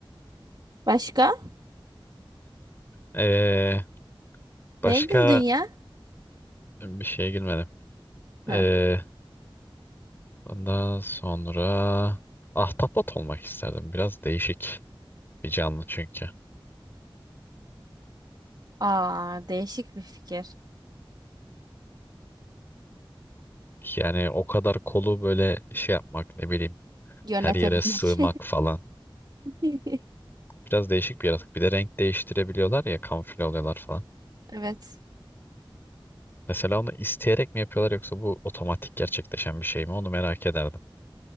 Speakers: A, on the right; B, on the left.
A: başka?
B: eee, başka
A: Neye güldün ya?
B: bir şeye girmedim.
A: Ha.
B: Eee, ondan sonra ahtapot olmak isterdim. Biraz değişik bir canlı çünkü.
A: Aa, değişik bir fikir.
B: Yani o kadar kolu böyle şey yapmak ne bileyim
A: Yönetebilmek.
B: her yere sığmak falan.
A: <laughs>
B: Biraz değişik bir yaratık. Bir de renk değiştirebiliyorlar ya kamufle oluyorlar falan.
A: Evet.
B: Mesela onu isteyerek mi yapıyorlar yoksa bu otomatik gerçekleşen bir şey mi onu merak ederdim.